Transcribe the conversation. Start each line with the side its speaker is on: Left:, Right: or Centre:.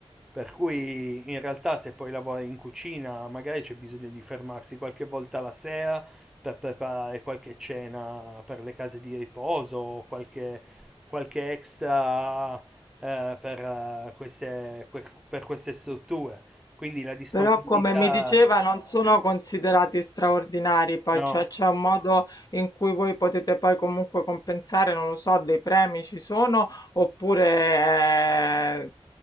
Centre: per cui in realtà se poi lavori in cucina magari c'è bisogno di fermarsi qualche volta la sera per preparare qualche cena per le case di riposo o qualche, qualche extra eh, per, eh, queste, que- per queste strutture. Quindi la disponibilità,
Left: però come mi diceva non sono considerati straordinari, poi
Centre: no.
Left: cioè c'è un modo in cui voi potete poi comunque compensare, non lo so, dei premi ci sono oppure è,